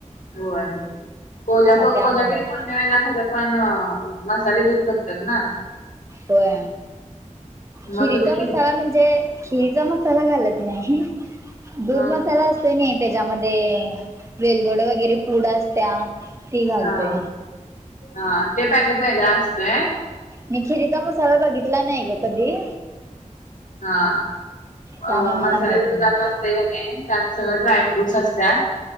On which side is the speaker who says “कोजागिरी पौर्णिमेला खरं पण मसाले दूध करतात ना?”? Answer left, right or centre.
Left